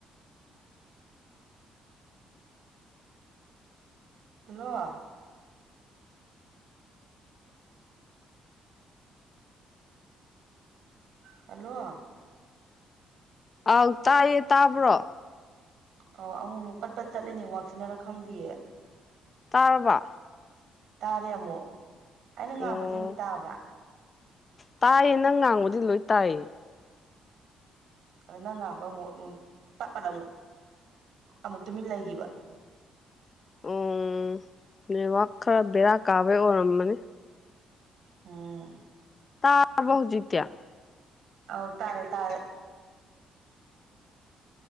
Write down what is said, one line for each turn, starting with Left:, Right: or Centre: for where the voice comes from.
Right: ꯍꯜꯂꯣ ꯍꯜꯂꯣ
Left: ꯑꯥꯎ ꯇꯥꯏꯌꯦ ꯇꯥꯕ꯭ꯔꯣ
Right: ꯑꯣ ꯑꯃꯨ ꯑꯃꯨꯛ ꯄꯠꯄꯠ ꯇꯠꯂꯦꯅꯦ ꯋꯥꯛꯁꯤꯟꯅꯔ ꯈꯪꯗꯦꯌꯦ
Left: ꯇꯥꯔꯕꯥ
Right: ꯇꯥꯔꯦ ꯑꯃꯨꯛ ꯑꯩꯅ ꯉꯥꯡꯕꯗꯤ
Left: ꯑꯣ
Right: ꯑꯃꯨꯛ ꯇꯥꯕ꯭ꯔꯥ
Left: ꯇꯥꯏꯌꯦ ꯅꯪ ꯉꯥꯡꯕꯗꯤ ꯂꯣꯏ ꯇꯥꯏꯌꯦ
Right: ꯑꯗꯨ ꯅꯪ ꯉꯥꯡꯕ ꯑꯃꯨꯛ ꯇꯞꯄꯗ ꯑꯃꯨꯛ ꯑꯃꯨꯛ ꯇꯨꯃꯤꯟ ꯂꯩꯈꯤꯕ
Left: ꯑꯣ ꯅꯦꯠꯋꯥꯛ ꯈꯔ ꯕꯦꯔꯥ ꯀꯥꯕꯩ ꯑꯣꯏꯔꯝꯕꯅꯤ
Right: ꯎꯝ
Left: ꯇꯥꯕ ꯍꯧꯖꯤꯛꯇꯤ
Right: ꯑꯧ ꯇꯥꯔꯦ ꯇꯥꯔꯦ